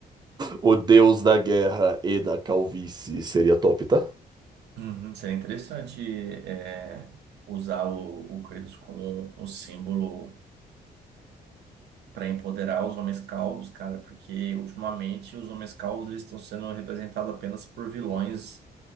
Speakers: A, on the right (about 25°); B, on the right (about 85°).
A: o deus da guerra e da calvície seria top, tá?
B: Uhum, seria interessante é, usar o, o Kratos como um símbolo para empoderar os homens calvos, cara, porque ultimamente os homens calvos eles estão sendo representados apenas por vilões